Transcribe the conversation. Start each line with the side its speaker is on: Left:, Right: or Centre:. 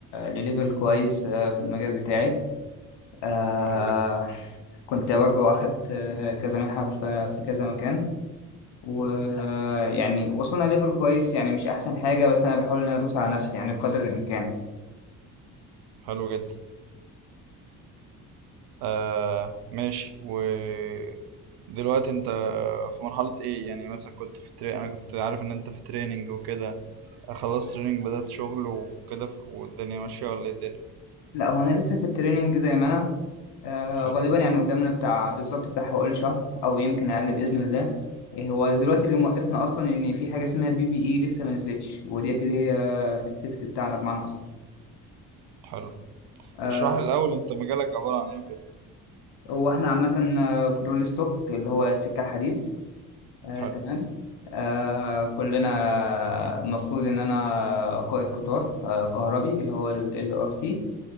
Left: لليفل كويس آه، في المجال بتاعي آه
Right: حلو جدا
Left: كنت برضو أخدت آه، كذا منحة في في كذا مكان ويعني وصلنا ليفل كويس يعني مش أحسن حاجة بس أنا بحاول إن أنا أدوس على نفسي يعني بقدر الإمكان
Right: حلو جدا آه ماشي ودلوقتي أنت في مرحلة إيه يعني مثلا كنت في تري... أنا كنت عارف إن أنت في تريننج وكده خلصت تريننج بدأت شغل وكده ف- والدنيا ماشية ولا إيه الدنيا
Left: لا هو أنا لسه في التريننج زي ما أنا آه
Right: حلو
Left: غالبا يعني قدامنا بتاع بالظبط بتاع حوالي شهر أو يمكن أقل بإذن الله إيه، هو دلوقتي اللي موقفنا أصلا إن في حاجة اسمها بي بي إي لسه ما نزلتش وديت اللي هي السيفت بتاعنا بمعنى أصح
Right: حلو
Left: آه،
Right: اشرح لي الأول أنت مجالك عبارة عن إيه وكده
Left: هو احنا عامة آه، في الرول ستوك اللي هو السكة الحديد آه،
Right: حلو
Left: تمام آه، كلنا المفروض ان انا قائد قطار آه، كهربي اللي هو ال ار تي